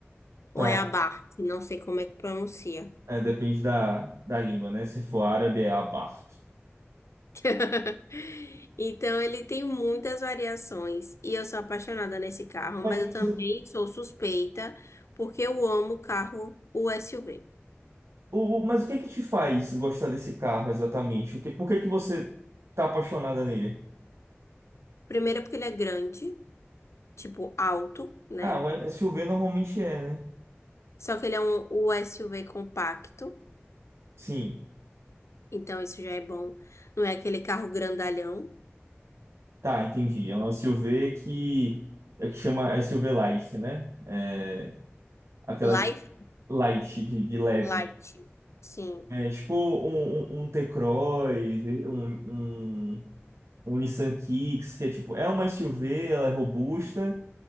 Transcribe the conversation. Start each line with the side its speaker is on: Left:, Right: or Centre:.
Right: tá.
Left: Ou é abarque, não sei como é que pronuncia.
Right: É, depende da, da língua, né? Se for árabe, é abarto.
Left: <laughs> Então, ele tem muitas variações. E eu sou apaixonada nesse carro,
Right: Mas,
Left: mas
Right: mas
Left: eu também sou suspeita, porque eu amo carro, o SUV.
Right: o, o- mas o que é que te faz gostar desse carro exatamente? O que, por que que você tá apaixonada nele?
Left: Primeiro, porque ele é grande, tipo alto, né?
Right: Ah, o SUV normalmente é, né?
Left: Só que ele é um o SUV compacto,
Right: Sim,
Left: então isso já é bom. Não é aquele carro grandalhão.
Right: tá, entendi. É um SUV que, é que chama SUV Light, né? É, aquelas
Left: Life,
Right: light de, de leve.
Left: light. Sim.
Right: É tipo um, um, um T-Cross, um, um o Nissan Kicks, que é tipo, é uma SUV, ela é robusta,